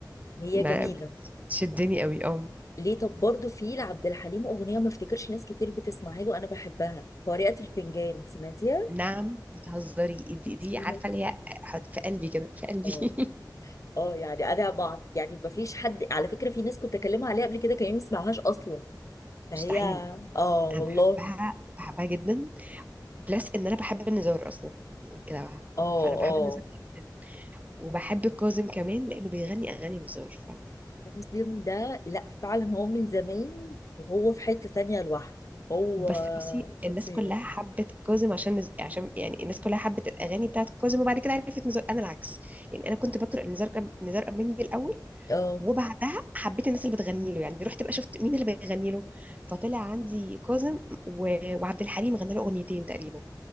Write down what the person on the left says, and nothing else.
هي
جميله
ليه طب برضه في لعبد الحليم اغنيه ما افتكرش ناس كتير بتسمعها له انا بحبها قارئة الفنجان سمعتيها
خطيرة
اه
اه يعني انا بعض يعني ما فيش حد على فكره في ناس كنت اكلمها عليها قبل كده كان ما يسمعهاش اصلا فهي
اه والله
اه
اه
مسلم ده لا فعلا هو من زمان وهو في حتة تانية لوحده هو
خطير
اه